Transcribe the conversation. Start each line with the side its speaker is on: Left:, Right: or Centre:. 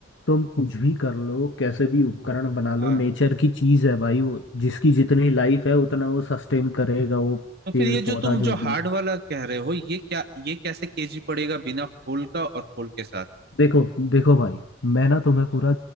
Left: तुम कुछ भी कर लो कैसे भी उपकरण बना लो
Right: हाँ
Left: नेचर की चीज है भाई वो जिसकी जितनी लाइफ है उतना वो सस्टेन करेगा वो
Right: तो फिर
Left: पेड़
Right: ये
Left: पौधा
Right: जो तुम जो
Left: जो
Right: हार्ड
Left: भी है
Right: वाला कह रहे हो ये क्या ये कैसे केजी पड़ेगा बिना खोल का और खोल के साथ
Left: देखो देखो भाई मैं ना तुम्हें पूरा
Right: हाँ